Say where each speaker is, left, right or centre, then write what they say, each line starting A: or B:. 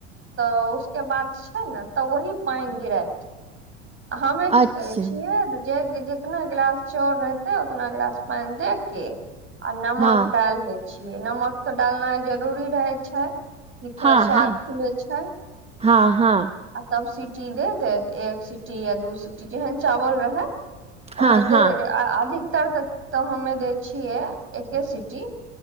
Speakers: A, on the right; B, on the right.
A: तऽ उसके बाद छै न तऽ वही पाईन गिरात हमे की
B: अच्छा
A: करे छियै जेतने गिलास चाउर रहते उतना गिलास पानि दे के आ नमक
B: हँ
A: डाल देत छियै, नमक तऽ डालनाइ जरूरी रहै छै, कि
B: हँ
A: थोड़ा स्वाद
B: हँ
A: खुलै छै।
B: हँ हँ
A: आ तब सीटी दऽ देत एक सीटी वा दू सीटी, जेहन चाउर रहै
B: हँ
A: ओहेन
B: हँ
A: अधिकतर तऽ तऽ हमे दै छियै एके सिटी